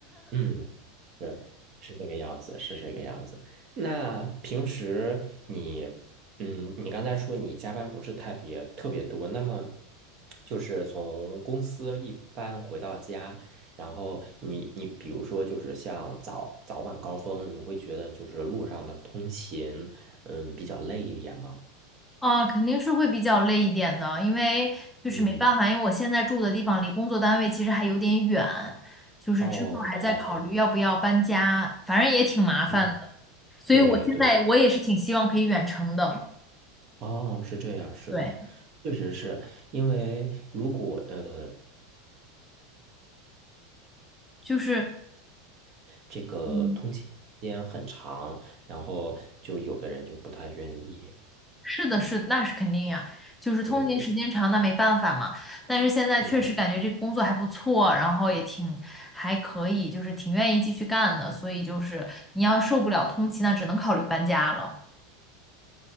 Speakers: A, on the right; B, in the centre.
A: 嗯，是是这个样子，是这个样子。那平时你，嗯，你刚才说你加班不是特别特别多，那么就是从公司一般回到家，然后你你比如说就是像早早晚高峰，你会觉得就是路上的通勤，嗯，比较累一点吗？
B: 啊，肯定是会比较累一点的，因为就是没办法，
A: 嗯，
B: 因为我现在住的地方离工作单位其实还有点远，就是之后还在考虑要不要搬家，
A: 哦哦哦，
B: 反正也挺麻烦的，
A: 嗯，
B: 所以我现在我也是挺希望可以远程的。
A: 对对。对哦，是这样是吧？
B: 对，
A: 确实是因为如果呃
B: 就是，
A: 这个通勤时间很长，
B: 嗯，
A: 然后就有的人就不太愿意。
B: 是的，是的，那是肯定呀，就是通勤时间长，
A: 对对
B: 那没办法嘛。但是现在确实感觉这个工作还不错，
A: 对，
B: 然后也挺还可以，就是挺愿意继续干的，所以就是你要受不了通勤，那只能考虑搬家了。